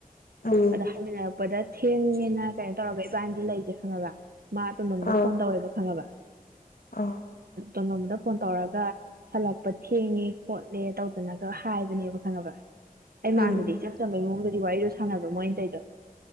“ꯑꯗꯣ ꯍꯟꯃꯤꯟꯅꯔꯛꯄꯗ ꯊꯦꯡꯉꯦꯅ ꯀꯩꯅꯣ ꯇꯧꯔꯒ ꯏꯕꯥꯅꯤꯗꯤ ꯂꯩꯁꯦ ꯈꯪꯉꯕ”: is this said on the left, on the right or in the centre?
Right